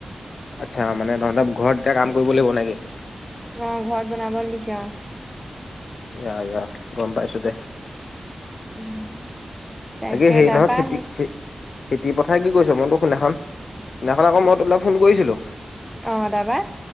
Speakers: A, on the left; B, in the centre.
A: আচ্ছা মানে তহঁতৰ ঘৰত এতিয়া কাম কৰিব লাগিব নেকি?
B: অ ঘৰত বনাবলে দিছে অ,
A: ইয়া ইয়া গম পাইছোঁ দে,
B: উম। তাকে
A: বাকি হেই
B: তাৰপা
A: নহয় খেতি
B: সেই
A: খে খেতি পথাই কি কৈছ মইতো সেইদিনাখন সেইদিনাখন আকৌ মই তোলে ফোন কৰিছিলো।
B: অ তাপা